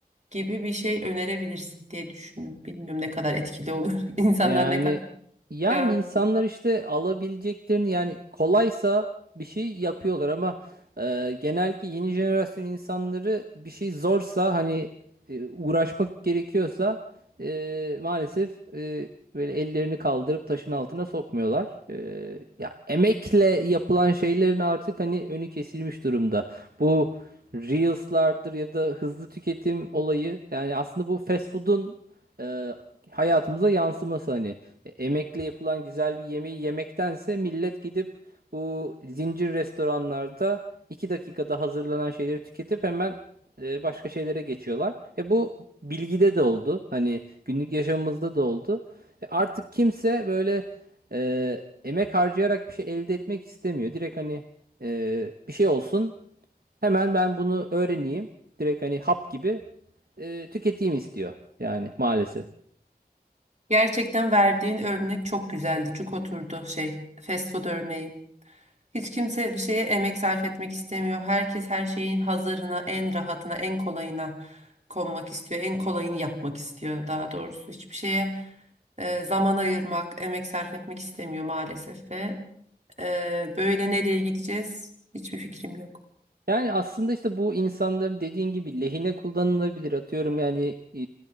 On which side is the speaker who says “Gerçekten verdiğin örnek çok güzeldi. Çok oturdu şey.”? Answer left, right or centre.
Right